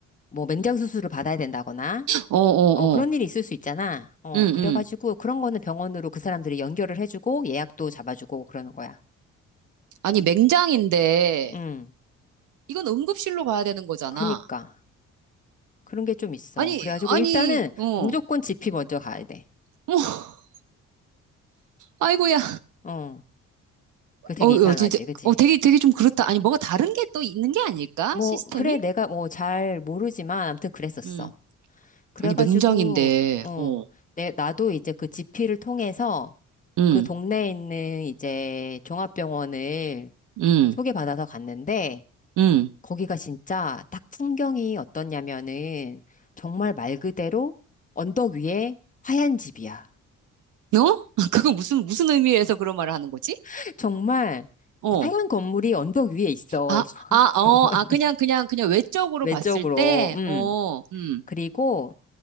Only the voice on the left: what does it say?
뭐 맹장 수술을 받아야 된다거나,
어, 그런
일이 있을 수 있잖아. 어,
그래가지고
그런 거는 병원으로 그 사람들이 연결을 해주고 예약도 잡아주고 그러는 거야.
음,
그니까. 그런 게 좀 있어.
그래가지고
일단은
무조건 지피 먼저 가야 돼.
어, 그 되게
이상하지,
그치?
뭐,
그래, 내가 뭐 잘 모르지만 아무튼 그랬었어.
그래가지고,
어,
내, 나도 이제 그 지피를 통해서
그 동네에 있는 이제 종합병원을
소개받아서 갔는데,
거기가 진짜 딱 풍경이 어떻냐면은, 정말 말 그대로 언덕 위에 하얀 집이야.
<laughs> 정말
하얀 건물이 언덕 위에 있어.
<laughs>
병원이.
외적으로,
음.
그리고